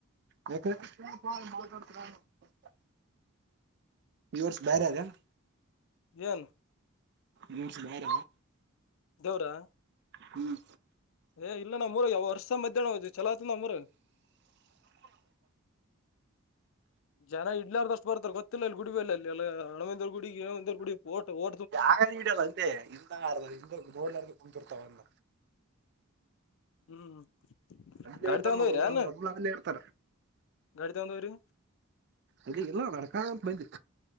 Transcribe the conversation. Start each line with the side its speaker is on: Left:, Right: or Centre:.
Right: <unintelligible> ಇವರ್ಸ್ ಬೇರೆ ಅದೆ
Left: ಏನು
Right: ನಿಮಸ ಬಾರ
Left: ದೇವರಾ
Right: ಹ್ಮ್
Left: ಏ ಇಲ್ಲ ನಮ್ಮೂರ ಯಾವ ವರ್ಷ ಮಧ್ಯಾಹ್ನ ಹೋದು ಚಲ ಆತ ನಮ್ಮೂರ ಜನ ಇಡ್ಲಾರ್ದು ಅಷ್ಟು ಬರ್ತಾರೆ ಗೊತ್ತಿಲ್ಲ ಅಲ್ಲಿ ಗುಡಿಬಲ್ಲ ಅಲ್ಲಿ ಎಲ್ಲ ಹ ಕುಡಿಗೆ ಒಂದ ಕುಡೋಟ ಹೋಗ
Right: ಜಾಗ ಇಡಲ್ಲ ಅಂದೆ ಇಿಂದ ಅ ಇಿಂದ ನೋಡ್ಲಾರ್ದ ಕುಂತಿರ್ತಾವಂದ
Left: ಹ್ಮ್
Right: ಅಲ್ಲೇ
Left: ಗಾಡಿ
Right: ಇರ್ತಾರ
Left: ತಂದವ್ರ
Right: ಅವ್ರು
Left: ಅಲ್ಲಾ
Right: ಅಲ್ಲೇ ಇರ್ತಾರ
Left: ಗಾಡಿ ತಂದವ್ರ
Right: ಅದ ಎಲ್ಲೋ ಕಕಾ ಪಯು